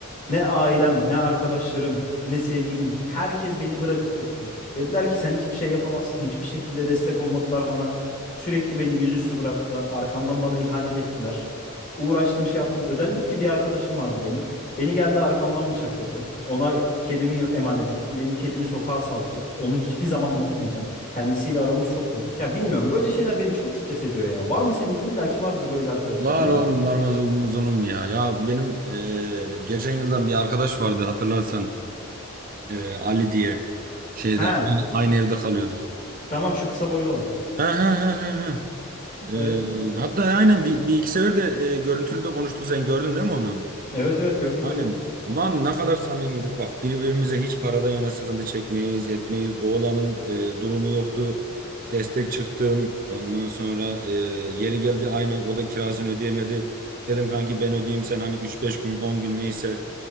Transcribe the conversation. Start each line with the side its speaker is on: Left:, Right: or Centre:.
Left: Ne ailem, ne arkadaşlarım, ne sevgilim, herkes beni bırakıp gitti. Dediler ki sen hiçbir şey yapamazsın. Hiçbir şekilde destek olmadılar bana. Sürekli beni yüzüstü bıraktılar. Arkamdan bana ihanet ettiler. Uğraştım şey yaptım. Özellikle bir arkadaşım vardı benim. Beni geldi arkamdan bıçakladı. Ona kedimi emanet ettim. Benim kedimi sokağa saldı. Onu hiçbir zaman unutmayacağım. Kendisiyle aramız çok bozuk. Ya bilmiyorum böyle şeyler beni çok stres ediyor ya. Var mı senin? İlla ki vardır böyle arkadaşların
Right: Var
Left: değil
Right: oğlum
Left: mi?
Right: varmaz olmaz olur mu ya? Ya benim eee, geçen yıldan bir arkadaş vardı hatırlarsan Eee, Ali diye şeyde
Left: He,
Right: aynı aynı evde kalıyorduk.
Left: tamam şu kısa boylu olan.
Right: Ha ha ha ha. ha. Eee,
Left: Evet.
Right: hatta aynen bir, bir iki sefer de eee, görüntülü de konuştuk sen gördün değil mi onu?
Left: Evet evet gördüm
Right: Aynen.
Left: gördüm.
Right: Lan ne kadar samimiydik. Bak birbirimize hiç paradan yana sıkıntı çekmeyiz, etmeyiz. Oğlanın e, durumu yoktu. Destek çıktım. Ondan sonra e, yeri geldi aynı o da kirasını ödeyemedi. Dedim kanki ben ödeyeyim sen hani üç beş gün 10 gün neyse